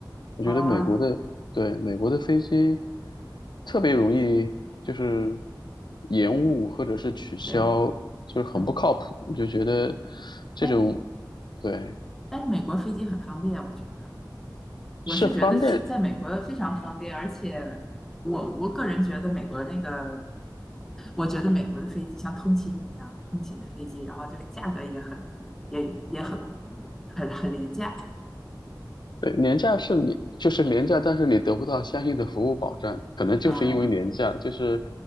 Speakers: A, on the left; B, in the centre.
A: 我觉得美国的对美国的飞机
B: 啊，
A: 特别容易就是延误或者是取消，
B: 对，
A: 就是很不靠谱，
B: 嗯，
A: 就觉得这种
B: 但是
A: 对
B: 但是美国飞机很方便，我觉得，我是觉得去在美国非常方便，
A: 是方便
B: 而且我我个人觉得美国那个，我觉得美国的飞机像通勤一样，通勤的飞机，然后就是价格也很也也很很很廉价，
A: 对，廉价是你就是廉价，但是你得不到相应的服务保障，可能就是因为廉价，
B: 嗯，
A: 就是，